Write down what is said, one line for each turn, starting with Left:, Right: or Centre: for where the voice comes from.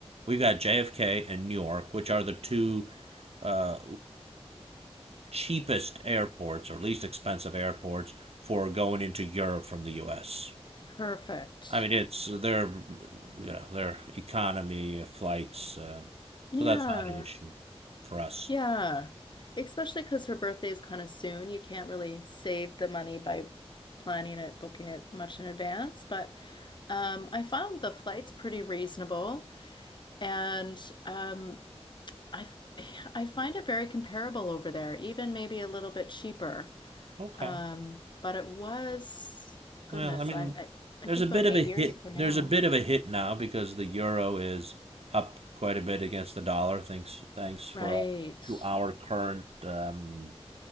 Right: we've got JFK and Newark, which are the two uh, cheapest airports or least expensive airports for going into Europe from the U.S.
Left: Perfect.
Right: I mean, it's their, you know, their economy flights, uh,
Left: Yeah,
Right: so that's not an issue for us.
Left: yeah. Especially because her birthday is kind of soon. You can't really save the money by planning it, booking it much in advance. But um, I found the flights pretty reasonable, and um, I f- <sighs> I find it very comparable over there, even maybe a little bit cheaper.
Right: Okay.
Left: Um, but it was, goodness,
Right: Well, I mean,
Left: I'm I, I
Right: there's
Left: think
Right: a bit
Left: about
Right: of
Left: eight
Right: a
Left: years
Right: hit.
Left: ago now.
Right: There's a bit of a hit now because the euro is up quite a bit against the dollar. Thanks, thanks
Left: Right.
Right: for uh, to our current um,